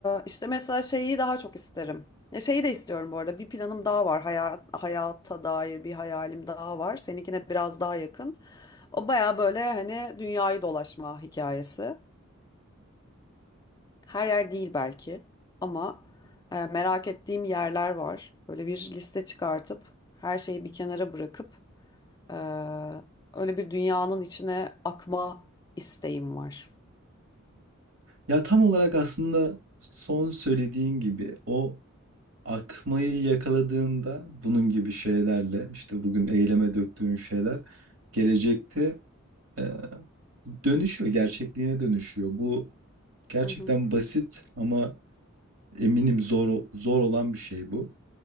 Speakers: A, on the left; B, on the right.
A: işte mesela şeyi daha çok isterim. Ya şeyi de istiyorum bu arada. Bir planım daha var. Hayat, hayata dair bir hayalim daha var. Seninkine biraz daha yakın. O baya böyle hani dünyayı dolaşma hikayesi. Her yer değil belki ama e, merak ettiğim yerler var. Böyle bir liste çıkartıp her şeyi bir kenara bırakıp e, öyle bir dünyanın içine akma isteğim var.
B: Ya tam olarak aslında son söylediğin gibi o akmayı yakaladığında bunun gibi şeylerle işte bugün eyleme döktüğün şeyler gelecekte Ee, dönüşüyor, gerçekliğine dönüşüyor. Bu gerçekten
A: Hı hı,
B: basit ama eminim zor o- zor olan bir şey bu.